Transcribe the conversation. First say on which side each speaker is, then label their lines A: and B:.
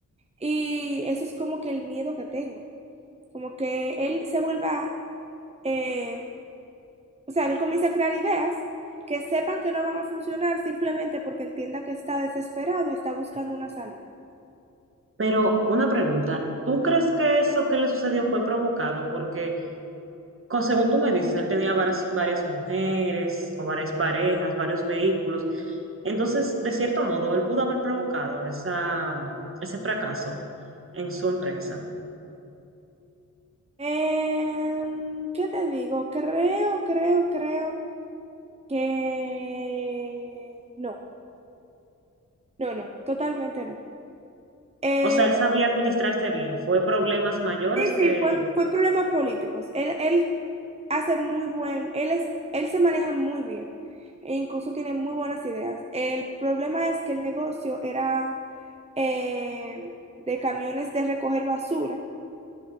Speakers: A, on the right; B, on the right.
A: Y eso es como que el miedo que tengo, como que él se vuelva, eh, o sea, él comienza a crear ideas. que sepan que no van a funcionar simplemente porque entienda que está desesperado y está buscando una salida.
B: Pero una pregunta, ¿tú crees que eso que le sucedió fue provocado? Porque, co- según tú me dices, él tenía varias, varias mujeres o varias parejas, varios vehículos. Entonces, de cierto modo, él pudo haber provocado esa, ese fracaso en su empresa.
A: Em, ¿qué te digo? Creo, creo, creo que no, no, no, totalmente no. Eh,
B: O sea, él sabía administrarse bien. Fue problemas mayores
A: sí,
B: que,
A: sí, fue, fue en problemas políticos. Él, él hace muy buen, él es, él se maneja muy bien e incluso tiene muy buenas ideas. El problema es que el negocio era em, de camiones de recoger basura.